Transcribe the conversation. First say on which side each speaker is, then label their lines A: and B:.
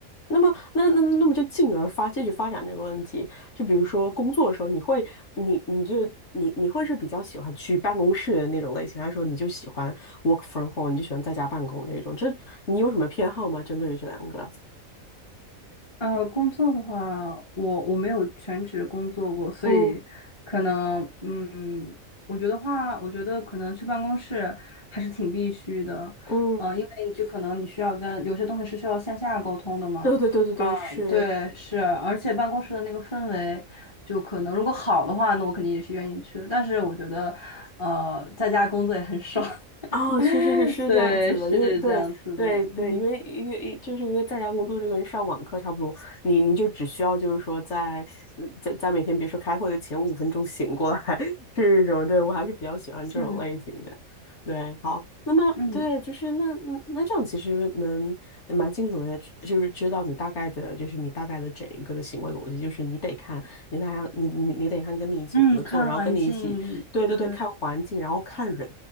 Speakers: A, on the left; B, on the left.
A: 那么，那那那么就进而发继续发展这个问题，就比如说工作的时候，你会，你你就你你会是比较喜欢去办公室的那种类型，还是说你就喜欢 work from home，你就喜欢在家办公的这种？这你有什么偏好吗？针对于这两个？
B: 呃，工作的话，我我没有全职工作过，所以可能，
A: 嗯
B: 嗯，我觉得话，我觉得可能去办公室还是挺必须的，
A: 嗯，
B: 呃，因为你就可能你需要跟有些东西是需要线下沟通的嘛，
A: 对对对对对，
B: 啊，
A: 是。
B: 对，是，而且办公室的那个氛围，就可能如果好的话，那我肯定也是愿意去的，但是我觉得，呃，在家工作也很爽。
A: 哦，
B: <laughs>
A: 是是是是这样子的，
B: 对，是这样子的，
A: 因为对对对，
B: 嗯
A: 因为因为就是因为在家工作就跟上网课差不多，你你就只需要就是说在嗯在在每天比如说开会的前五分钟醒过来 <laughs> 这种，对我还是比较喜欢这种类型的。
B: 嗯
A: 对，好，那么对，
B: 嗯
A: 就是那那那这样其实能蛮清楚的，就是知道你大概的，就是你大概的整一个的行为逻辑，就是你得看你大概你你你得看跟你一起合作，
B: 嗯，看环境，
A: 然后跟你一起。对对对，
B: 对
A: 看环境，然后看人